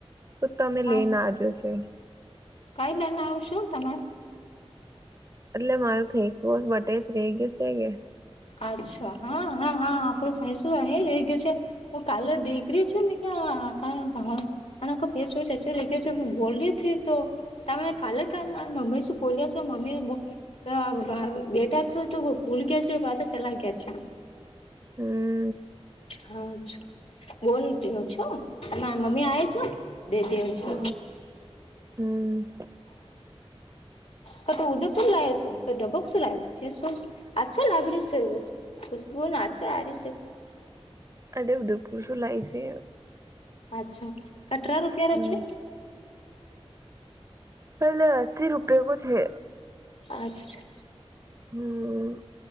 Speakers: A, on the right; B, on the left.
A: તો તમે
B: હા
A: લઈને આજો છે
B: કઈ લઈને આવશો તમે
A: એટલે મારું ફેસ વોશ બટે જ રઈ ગયું છે કે
B: અચ્છા હા હા હા આપડું ફસું અ રહી ગય છે કાલર દેખરી છે ને ક્યા આ આસય છેચ કે મે બોલી હતીથી તો ત કાલ ત મમ્મી સુ પોોલીસ મમ્મી હ બેટાર છેો તો ભૂલ ગયા છે બાચા ચલા ગયા છે
A: હમ
B: હા છ બોન ત છો ત મમ્મી આવ છો બે દેવ છો
A: હમ હમ
B: ક ત ઉદપુ લસો ક દબોકસુ લસો ફેસ વોશ આચ્છા લાગર્યું છેસું ખુશબુ ના છે આ ર છે
A: અડે ઉદયપુર શું લાય છે
B: અચ્છા કટરા રૂપાર
A: હમ
B: અ છે
A: પલે અસ્સી રૂપિયા કો છે
B: અચ્છા
A: હમ